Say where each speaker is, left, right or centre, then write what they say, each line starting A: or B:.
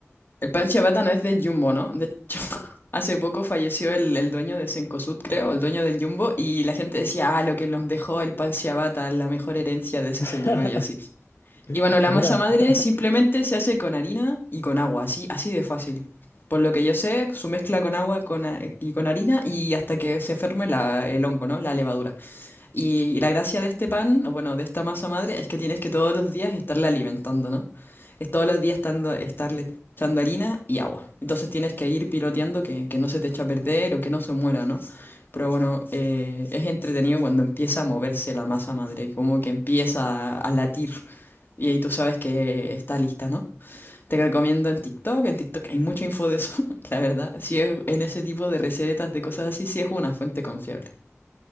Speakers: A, on the left; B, on the left.
A: El pan ciabatta no es de Jumbo, ¿no? De hecho, <laughs> hace poco falleció el, el dueño de Cencosud, creo, el dueño del Jumbo, y la gente decía, ah, lo que nos dejó el pan ciabatta, la mejor herencia de su
B: <laughs>
A: señor y así. Y bueno, la
B: Mira,
A: masa madre simplemente
B: <laughs>
A: se hace con harina y con agua, así, así de fácil. Por lo que yo sé, su mezcla con agua con, a- y con harina y hasta que se ferme la- el hongo, ¿no? La levadura. Y la gracia de este pan, o bueno, de esta masa madre, es que tienes que todos los días estarla alimentando, ¿no? Es todos los días estando, estarle echando harina y agua. Entonces tienes que ir piloteando que, que no se te eche a perder o que no se muera, ¿no? Pero bueno, eh, es entretenido cuando empieza a moverse la masa madre, como que empieza a, a latir. Y ahí tú sabes que está lista, ¿no? Te recomiendo en TikTok, en TikTok hay mucha info de eso, <laughs> la verdad. Si es en ese tipo de recetas, de cosas así, sí es una fuente confiable.